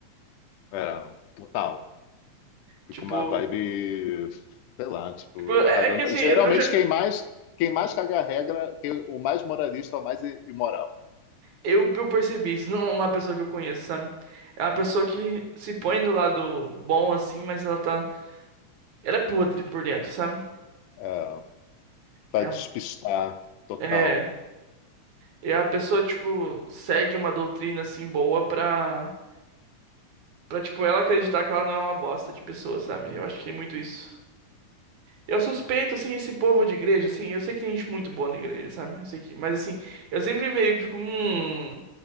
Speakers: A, on the left; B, on the right.
A: É, total. Fica
B: Tipo,
A: uma vibe, sei lá, tipo,
B: tipo, é,
A: cagando.
B: é que assim,
A: E geralmente
B: eu, eu já.
A: quem mais, quem mais caga a regra, quem, o mais moralista é o mais i- imoral.
B: Eu, eu percebi isso não é pessoa que eu conheço, sabe? É uma pessoa que se põe do lado bom, assim, mas ela tá. Ela é podre por dentro, sabe?
A: É, para
B: É,
A: despistar total.
B: é, e a pessoa, tipo, segue uma doutrina assim boa pra. Pra, tipo, ela acreditar que ela não é uma bosta de pessoa, sabe? Eu acho que tem muito isso. Eu suspeito, assim, esse povo de igreja, assim, eu sei que tem gente muito boa na igreja, sabe? Eu sei que, mas assim, eu sempre meio que fico, hum,